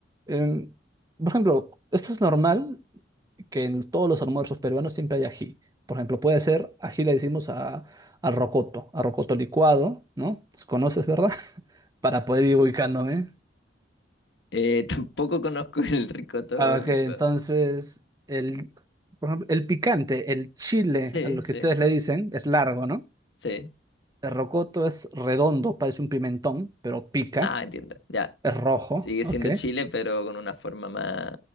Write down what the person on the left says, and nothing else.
Eh, <laughs> tampoco conozco el ricoto
licuado.
Sí,
sí,
sí.
Ah, entiendo. Ya.
S- Sigue
siendo Chile, pero con una forma más,